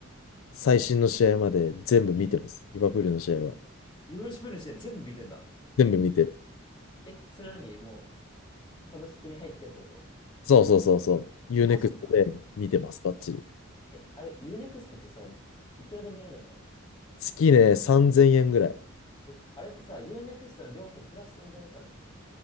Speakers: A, on the left; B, on the left.
A: 最新の試合まで全部見てます。
B: うん。
A: リバプールの試合は。
B: いろロシブルの試合全部見てんだ。
A: 全部見てる。
B: え、それは何もう、サブスクに入ってってこと
A: そうそうそうそう。ユーネクストで見てます、
B: マジか。
A: バッチリ。
B: え、あれ、ユーネクストってさ、いくらで見れるのあれ。
A: 月ね、3000円ぐらい。
B: え、あれってさ、ユーネクストの料金プラス3000円でしょあれって。